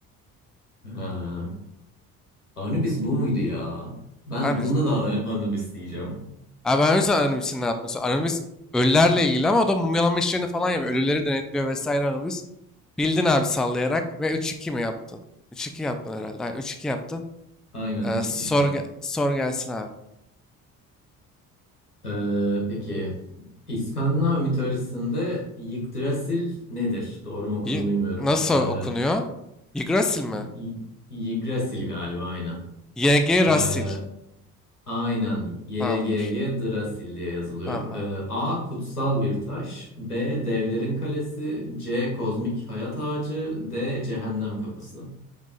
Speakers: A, on the left; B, in the centre.
A: Ha. Anubis bu muydu ya? Ben
B: Abi
A: bunda da An- Anubis diyeceğim.
B: Abi ben o yüzden Anonymous ne yaptım. Anonymous ölülerle ilgili ama o da mumyalama işlerini falan yapıyor. Ölüleri denetliyor vesaire Anonymous. Bildin abi sallayarak ve üç iki mi yaptın? Üç iki yaptın herhalde. Aynen, 3-2 yaptın.
A: Aynen
B: Ee,
A: üç
B: sor,
A: iki şu an.
B: ge- sor gelsin abi.
A: Ee, peki. İskandinav mitolojisinde Yggdrasil nedir? Doğru mu okudum
B: Y-
A: bilmiyorum.
B: Nasıl
A: Ee,
B: okunuyor? Yggdrasil mi?
A: Y- Y- Yggdrasil galiba aynen.
B: YG
A: Ee,
B: Rasil.
A: aynen. YGG
B: Tamamdır.
A: Drasil diye yazılıyor.
B: Tamam abi.
A: Ee, A. Kutsal bir taş. B. Devlerin kalesi. C. Kozmik hayat ağacı. D. Cehennem kapısı.